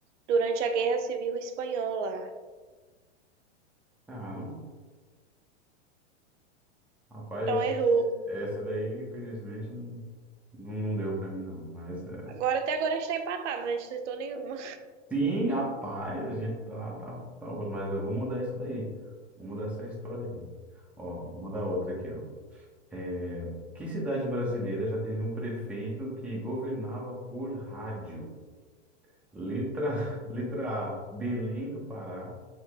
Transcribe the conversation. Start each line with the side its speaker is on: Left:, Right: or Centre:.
Right: durante a Guerra Civil Espanhola.
Centre: Ah, não. Rapaz,
Right: Então
Centre: essa
Right: errou.
Centre: essa daí, infelizmente, não, não não deu pra mim, não. Mas, é...
Right: Agora até agora a gente tá empatado, né? A gente não acertou nenhuma.
Centre: sim, rapaz, a gente tá, tá, tá outro. Mas eu vou mudar isso daí. Vou mudar essa história aí. Ó, vou mudar outra aqui, ó. É, que cidade brasileira já teve um prefeito que governava por rádio? Letra, <laughs> letra A, Belém do Pará.